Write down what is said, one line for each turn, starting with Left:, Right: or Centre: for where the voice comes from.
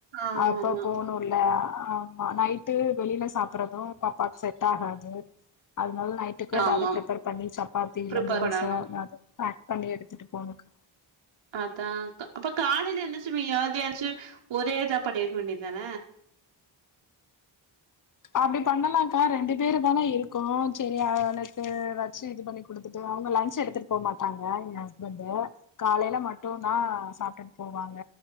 Right: ஆமா
Left: அப்ப
Right: ஆமா
Left: போணு ல ஆமா நைட்டு வெளில சாப்புறது பாப்பாக்கு செட் ஆகாது அதுனால நை ட்டுக்கு ஏதாவ்து
Right: ஆமா
Left: பிர்ப்பர் பண்ணி சப்பாத்தி இல்ல
Right: ப்ரிப்பேர்
Left: தோச
Right: பண்ணணு
Left: எதாவ்து பேக் பண்ணி எடுத்துட்டு போணு கா
Right: அதா அப்ப காலைல என்ன செய்வீங்க அதயாச்சு ஒரே இதா பண்ணிர்க் வேண்டிதான
Left: அப்டி பண்ணலாங்க்கா ரெண்டு பேருதான இருக்கோ சேரி ஆ அனுத்து வச்சு இது பண்ணி குடுத்துட்டு அவ்ங்க லன்ச் எடுத்துட்டு போ மாட்டாங்க என் ஹஸ்பண்டு காலேல மட்டுந்தா சாப்டுட் போவாங்க